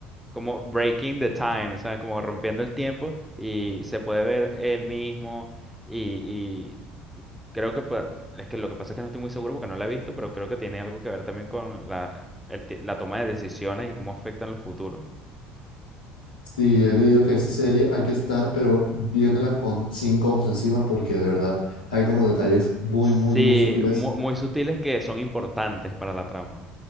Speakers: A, in the centre; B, on the left.
A: como breaking the time, ¿sabes? Como rompiendo el tiempo y se puede ver él mismo y, y creo que pa- es que lo que pasa es que no estoy muy seguro porque no la he visto, pero creo que tiene algo que ver también con la, el ti- la toma de decisiones y cómo afectan los futuros.
B: Sí, he leído que esa serie hay que estar, pero viéndola con cinco ojos encima, porque de verdad hay como detalles muy,
A: Sí,
B: muy, muy sutiles.
A: mu- muy, sutiles que son importantes para la trama.